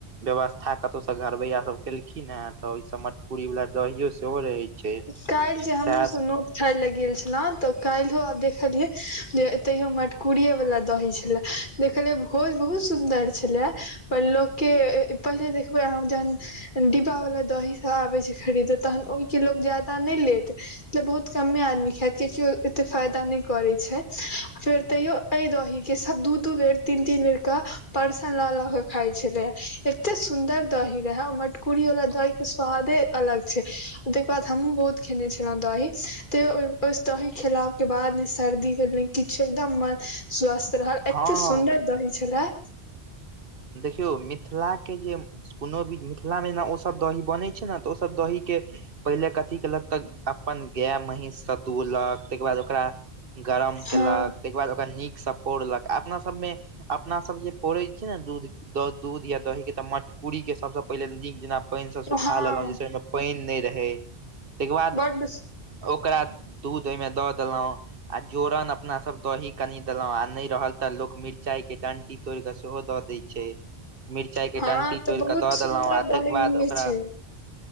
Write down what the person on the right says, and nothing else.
व्यवस्था कतहुसँ घरबैया सब केलखिन हे तऽ ओहिस मटकूरी वला दहियो सेहो रहे छै
सएह
हँ
देखियौ मिथिलाके जे कोनो भी मिथिलामे ने ओसभ दही बनै छै ने तऽ ओसभ दही के पहिले कथी केलक तऽ अपन गाय महींष दुहलक ताहिके बाद ओकरा गरम केलक
ताहिके बाद ओकरा नीकसँ पौढ़लक अपना सबमे अपना सब जे पौढ़ै छै ने दू दूध या दही के तऽ मटकूरी के सबसँ पहिले नीक जेना पैइन से सुखा
लेलौ जैसे पैन नै रहै तैयके बाद
ओकरा दूध ओहिमे दऽ देलौ। आ जोरन अपना सब दही कनी देलो आ नै रहल तऽ लोक मिरचाई के डंटी तोड़ कऽ सेहो द दैय छै। मिरचायके
डण्टी
तोड़
कऽ दऽ
देलौ आ तैय
के बाद
ओकरा